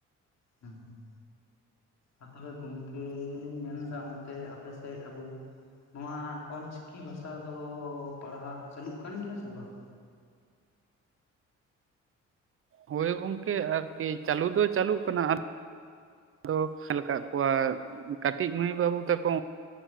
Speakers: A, on the left; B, on the right.
A: ᱦᱩᱸ ᱦᱩᱸ ᱟᱨ ᱛᱚᱵᱮ ᱜᱚᱢᱠᱮ ᱞᱤᱧ ᱢᱮᱱ ᱮᱫᱟ ᱚᱱᱛᱮ ᱟᱯᱮ ᱥᱮᱫ ᱟᱜᱩ, ᱱᱚᱣᱟ ᱚᱞ ᱪᱤᱠᱤ ᱵᱷᱟᱥᱟ ᱫᱚ ᱯᱟᱲᱦᱟᱣᱜ ᱪᱟᱹᱞᱩᱜ ᱠᱟᱱ ᱜᱮᱭᱟ ᱥᱮ ᱵᱟᱝ?
B: ᱦᱳᱭ ᱜᱚᱢᱠᱮ ᱟᱨᱠᱤ ᱪᱟᱹᱞᱩ ᱫᱚ ᱪᱟᱹᱞᱩᱜ ᱠᱟᱱᱟ ᱛᱚ ᱧᱮᱞ ᱟᱠᱟᱫ ᱠᱚᱣᱟ ᱠᱟᱹᱴᱤᱡ ᱢᱟᱹᱭ ᱵᱟᱹᱵᱩ ᱛᱟ ᱠᱚ,